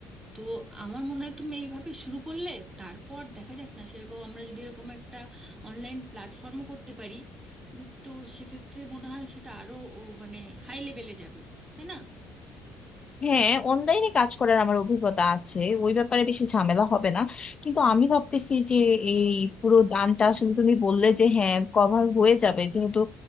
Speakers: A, on the right (about 20°); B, on the left (about 30°).
A: তো আমার মনে হয় তুমি এইভাবে শুরু করলে তারপর দেখা যাক না সেরকম আমরা যদি এরকম একটা অনলাইন প্ল্যাটফর্মও করতে পারি উম, তো সেক্ষেত্রে মনে হয় সেটা আরো ও মানে হাই লেভেলে যাবে তাই না
B: হ্যাঁ অনলাইনে কাজ করার আমার অভিজ্ঞতা আছে ওই ব্যাপারে বেশি ঝামেলা হবে না কিন্তু আমি ভাবতেছি যে এই পুরো দামটা আসলে তুমি বললে যে হ্যাঁ কভার হয়ে যাবে যেহেতু